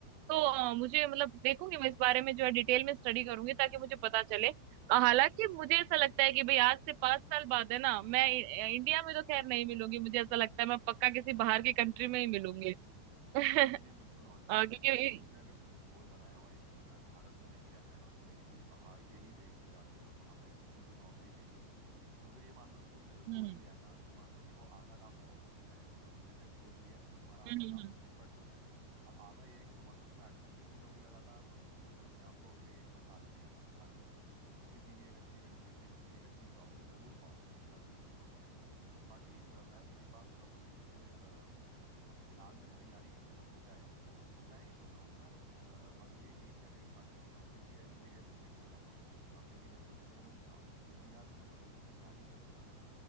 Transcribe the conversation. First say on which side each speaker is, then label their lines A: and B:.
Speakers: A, on the right (about 80°); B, on the right (about 60°).
A: तो
B: हम्म
A: अ, मुझे मतलब देखूंगी मैं इस बारे में जो है डिटेल में स्टडी करूंगी ताकि मुझे पता चले अ, हालांकि
B: नहीं
A: मुझे
B: नहीं बिल्कुल
A: ऐसा लगता
B: बिल्कुल
A: है कि भाई आज से पांच साल बाद है ना मैं इ- इंडिया में तो खैर नहीं मिलूंगी मुझे ऐसा लगता है मैं पक्का
B: <laughs>
A: किसी बाहर की कंट्री में ही मिलूंगी <laughs>
B: नहीं नहीं बिल्कुल और क्या
A: अ, क्योंकि
B: मतलब तुमने अगर गोल बनाया हुआ है कि तुम्हें भारत में नहीं रहना है और तुम्हें किसी बाहर के ही देश में जाके और वहां पे अच्छी कोई नौकरी लेनी है तो फिर ये मान लो कि तुमने जो सोच
A: हम्म
B: लिया है ना ये मान लो कि वो आधा काम तो वो हो चुका है तुमने सिर्फ सोच लिया है तो तुम्हारा
A: हम्म
B: आधा
A: हम्म,
B: काम
A: हम्म,
B: निपट चुका है अब आधा ये है कि तुम अगर उस पर एक्शन लेती रहोगी लगातार तो तुम जरूर अपने आप को अगले एक दो साल में या तीन साल में किसी भी एक अच्छी कंट्री में किसी एक अच्छी जॉब पे जरूर पाओगी मेरा तो यही मानना है बाकी अ, मैं तुम्हें एक बात बताता हूँ कि जैसे अ, फिलहाल मैंने तैयारी करने का सोचा है तो मैं ये सोच रहा हूँ कि मैं ना अ, अगले एक या डेढ़ साल के लिए ना किसी ऐसी जगह पे शिफ्ट हो जाता हूँ जहाँ पे कि मेरे को डिस्टरबेंस ना हो क्योंकि यार तुम्हें पता ही है तैयारी करते समय ना